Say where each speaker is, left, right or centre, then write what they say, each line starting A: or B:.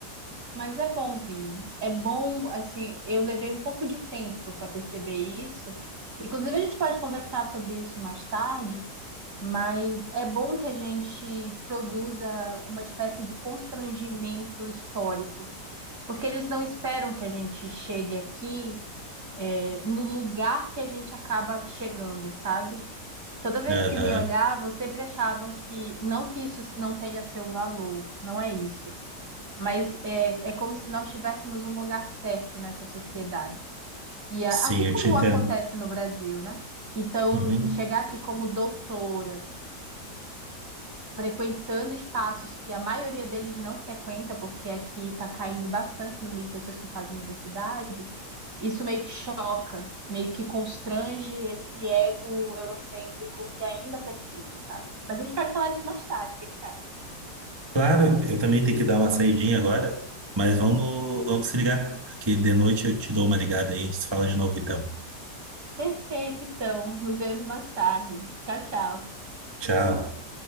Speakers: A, on the right; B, on the right.
A: Mas é bom vir. É bom, assim, eu levei um pouco de tempo para perceber isso. Inclusive, a gente pode conversar sobre isso mais tarde, mas é bom que a gente produza uma espécie de constrangimento histórico, porque eles não esperam que a gente chegue aqui, é, no lugar que a gente acaba chegando, sabe? Toda vez
B: Aham.
A: que me olhavam, sempre achavam que, não que isso não tenha seu valor, não é isso mas é, é como se nós tivéssemos um lugar certo nessa sociedade. E a-
B: Sim,
A: assim
B: eu
A: como
B: te entendo.
A: acontece no Brasil, né? Então,
B: Uhum.
A: chegar aqui como doutora, frequentando espaços que a maioria deles não frequenta, porque aqui está caindo bastante o número de pessoas que fazem universidade, isso meio que choca, meio que constrange esse ego eurocêntrico que ainda persiste, sabe? Mas a gente pode falar disso mais tarde, o que que você acha?
B: Claro, eu também tenho que dar uma saidinha agora, mas vamos, vamos se ligar, que de noite eu te dou uma ligada aí, a gente se fala de novo então.
A: Perfeito, então, nos vemos mais tarde. Tchau, tchau.
B: Tchau.